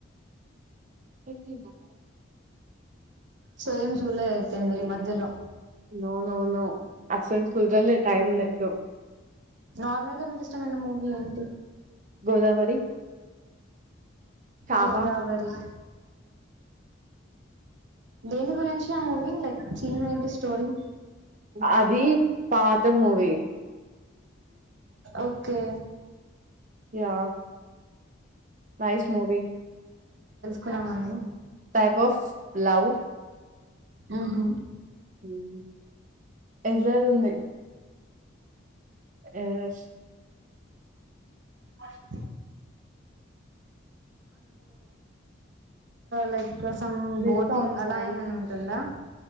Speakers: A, on the right; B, on the right.
A: పెట్టి మా
B: సో ఏం చూల్లేదు అయితే మీరి ఈ మధ్యలో
A: అవునవును అసలు కుదరలే, టైమ్ లేదు.
B: నార్మల్గా నాకు ఇష్టమండి మూవీ అంటే
A: గోదావరి చావా
B: గోదావరి దేని గురించి ఆ మూవీ లైక్ థీమ్ ఏంటి స్టోరీ
A: అది పా త movie
B: okay
A: yeah nice movie
B: కున్నామని
A: టైప్ ఆఫ్ లవ్
B: ఊహూ
A: ఉమ్ ఎర్రర్ ఉంది, errors
B: as like some
A: net
B: boating
A: on
B: అలా
A: చేయాలి
B: ఏమైనా ఉంటుందా